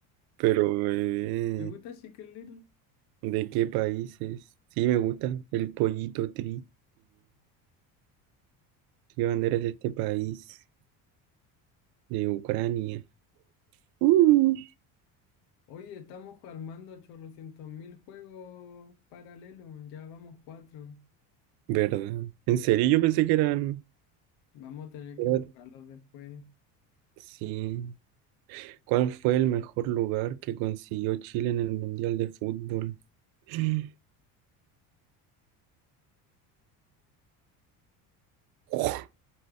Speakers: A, on the right (about 70°); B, on the left (about 75°).
A: pero eh,
B: ¿Te gusta Chicken Little?
A: ¿de qué países? Sí, me gusta. El pollito triste. ¿Qué bandera es de este país? De Ucrania. Uh.
B: Oye, estamos ju- armando chorrocientos mil juegos paralelos, ya vamos cuatro.
A: ¿Verdad? ¿En serio? Yo pensé que eran...
B: Vamos a tener que
A: era-
B: borrarlos después.
A: Sí. ¿Cuál fue el mejor lugar que consiguió Chile en el Mundial de Fútbol? <gasps> Uf,